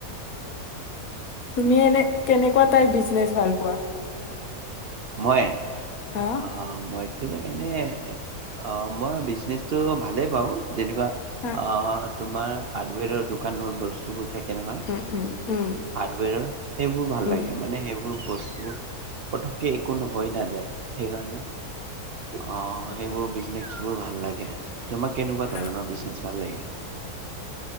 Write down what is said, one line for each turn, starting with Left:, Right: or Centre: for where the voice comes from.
Left: তুমি এনে, কেনেকুৱা তাইপ বিজনেচ ভাল পোৱা?
Right: মই,
Left: হা
Right: অ মইতো এনে। অ', মই বিজনেছটো ভালেই পাওঁ। যেনেকুৱা,
Left: হা
Right: আহ তোমাৰ হাৰ্ডৱেৰৰ দো। দোকানৰ বস্তুবোৰ। থাকে নহয়,
Left: উম, উম, উম,
Right: হাৰ্ডৱেৰৰ। সেইবোৰ ভাল
Left: উম।
Right: লাগে মানে সেইবোৰ। বস্তুবোৰ, পটক। কে একো নোহৈ নাযায় সেইকাৰণে। অ',
Left: উম,
Right: সেইবোৰ বিজ। নেক্সট বোৰ ভাল লাগে। তোমাক, কেনেকুৱা
Left: হা।
Right: ধৰণৰ বিজনেছ ভাল লাগে?